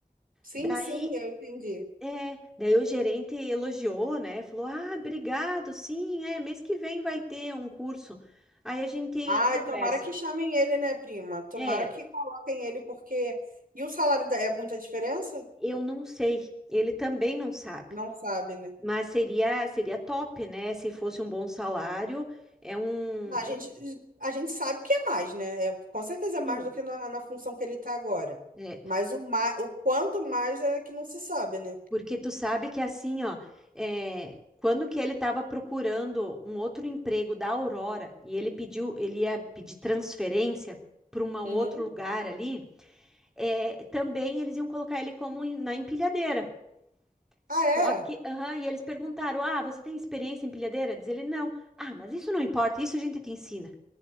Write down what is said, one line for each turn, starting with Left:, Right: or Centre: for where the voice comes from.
Right: Sim,
Centre: Daí
Right: sim, eu entendi.
Centre: É, daí o gerente elogiou, né? Falou: Ah, obrigado, sim, é, mês que vem vai ter um curso. Aí a gente
Right: Ai,
Centre: conversa.
Right: tomara que chamem ele, né, prima? Tomara
Centre: É,
Right: que coloquem ele, porque. E o salário da- é muita diferença?
Centre: eu não sei, ele também não sabe,
Right: Não sabe, né?
Centre: mas seria seria top, né? Se fosse um bom salário, é um,
Right: A gente,
Centre: é um
Right: a gente sabe que é mais, né? É, com certeza é mais
Centre: sim,
Right: do que na, na função que ele está agora.
Centre: né?
Right: Mas o, ma, o quanto mais é que não se sabe, né?
Centre: Porque tu sabe que assim, ó, é, quando que ele estava procurando um outro emprego da Aurora e ele pediu, ele ia pedir transferência para um
Right: Uhum.
Centre: outro lugar ali. é, também eles iam colocar ele como em- na empilhadeira. Só
Right: Ah, é?
Centre: que, aham, e eles perguntaram: Ah, você tem experiência em empilhadeira? Diz ele: Não. Ah, mas isso não importa, isso a gente te ensina.